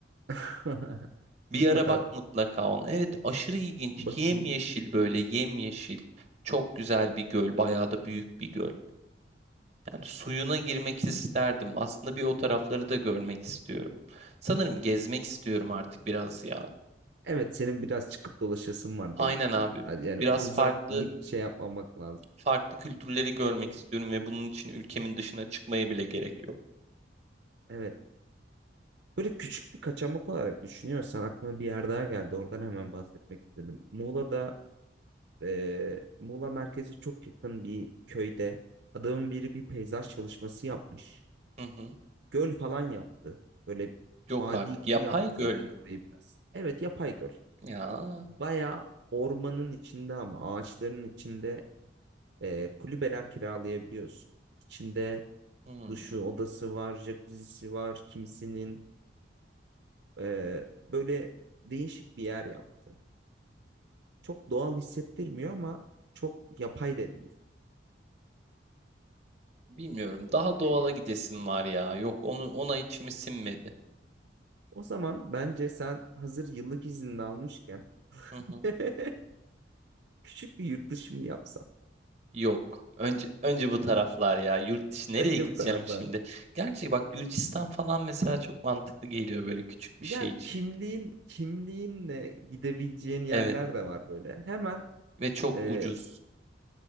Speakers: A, on the right; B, on the right.
A: <laughs>
B: Bir
A: Bu
B: ara
A: kadar
B: bak mutlaka ona. Evet aşırı ilginç.
A: bakayım.
B: Yemyeşil böyle yemyeşil. Çok güzel bir göl. Bayağı da büyük bir göl. Yani suyuna girmek isterdim. Aslında bir o tarafları da görmek istiyorum. Sanırım gezmek istiyorum artık biraz ya.
A: Evet senin biraz çıkıp dolaşasın var
B: Aynen
A: belli ki.
B: abi.
A: Yani
B: Biraz
A: uzak
B: farklı
A: deyip şey yapmamak lazım.
B: farklı kültürleri görmek istiyorum ve bunun için ülkemin dışına çıkmaya bile gerek yok.
A: Evet. Böyle küçük bir kaçamak olarak düşünüyorsan aklıma bir yer daha geldi. Oradan hemen bahsetmek istedim. Muğla'da eee, Muğla merkeze çok yakın bir köyde adamın biri bir peyzaj çalışması yapmış.
B: Hı hı.
A: Göl falan yaptı. Böyle
B: Yok
A: vadi
B: artık.
A: gibi
B: Yapay
A: yaptı
B: göl mü?
A: orayı biraz. Evet yapay göl.
B: Ya.
A: Baya ormanın içinde ama ağaçların içinde eee, kulübeler kiralayabiliyorsun. İçinde
B: hmm,
A: duşu, odası var, jacuzzi'si var, kimisinin eee, böyle değişik bir yer yaptı. Çok doğal hissettirmiyor ama çok yapay da değil.
B: Bilmiyorum. Daha
A: Öyle
B: doğala
A: bir yere
B: gidesim
A: de kaçabilirsin.
B: var ya. Yok onu ona içimi sinmedi.
A: O zaman bence sen hazır yıllık iznini almışken
B: Hı hı.
A: <laughs> küçük bir yurt dışı mı yapsan?
B: Yok. Önce önce bu taraflar ya. Yurt dışı nereye
A: Önce
B: gideceğim
A: bu taraflar
B: şimdi?
A: mı?
B: Gerçi bak Gürcistan falan mesela çok mantıklı geliyor böyle küçük bir
A: Ya
B: şey için.
A: kimliğin kimliğinle gidebileceğin yerler
B: Evet
A: de var böyle. Hemen
B: ve çok
A: e,
B: ucuz.